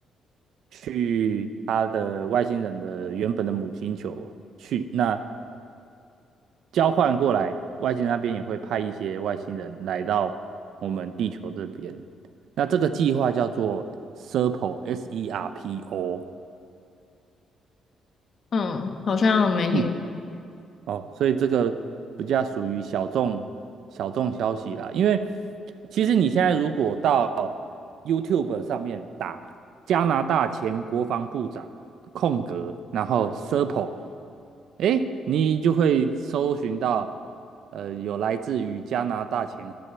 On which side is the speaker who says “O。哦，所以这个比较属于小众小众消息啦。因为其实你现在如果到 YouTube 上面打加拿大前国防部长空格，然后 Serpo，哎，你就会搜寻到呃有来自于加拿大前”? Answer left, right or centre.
Right